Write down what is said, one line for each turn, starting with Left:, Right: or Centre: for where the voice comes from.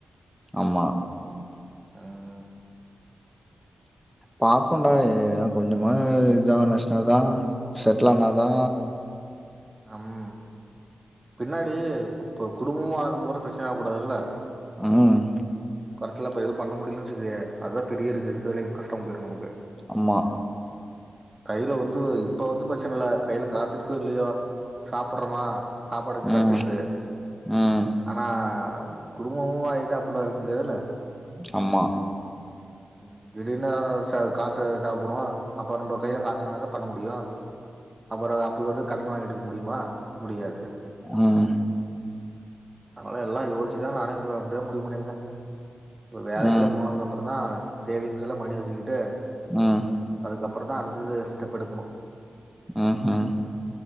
Centre: ஆமா
Right: ம்
Centre: பாப்போன்டா ஏன்னா கொஞ்சமாது இதான
Right: ம்
Centre: நஷ்டோ ஆகுதா செட்டுல் ஆனாதா
Right: அம் பின்னாடி கு இப்ப குடும்பமு ஆனதுக்கு அப்றோ ப்ரச்சனையா ஆக கூடாதுல
Centre: ம்
Right: கடைசில இப்ப எதுவு பண்ண முடியல்னு வச்சுக்கையே அதுதா பெரிய இருக்கு இருக்குறதுளையு கஷ்டமா போய்ரு நமக்கு
Centre: அம்மா
Right: கையில வந்து இப்ப வந்து ப்ரச்சன இல்ல கையில காசு இருக்கு இல்லையோ சாப்புட்றமா சாப்பாடு
Centre: ம்,
Right: கெடச்சிருது
Centre: ம்.
Right: ஆனா குடும்பமு ஆயிட்டா அப்புடிலா இருக்க முடியாதுல்ல
Centre: அம்மா
Right: ம் திடீர்னு எதாது அவசியோ அதுக்கு காசு தேவப்படு அப்போ நம்ம கையில காசு இருந்தாதா பண்ண முடியு அப்பறோ அப்போ வந்து கடன் வாங்கிட்டு இருக்க முடியுமா முடியாது
Centre: ம்
Right: நாங்கள்லா எல்லா யோசிச்சுதா நானே இப்ப அப்டிதா முடிவு பண்ணிருக்க ஒரு வேல
Centre: ம்.
Right: கீல போனதுக்க அப்றோந்தா சேவிங்ஸ் எல்லா பண்ணி வச்சுக்கிட்டு
Centre: ம்
Right: அதுக்கப்புறந்தா அடுத்தது ஸ்டெப் எடுக்கணு
Centre: ம்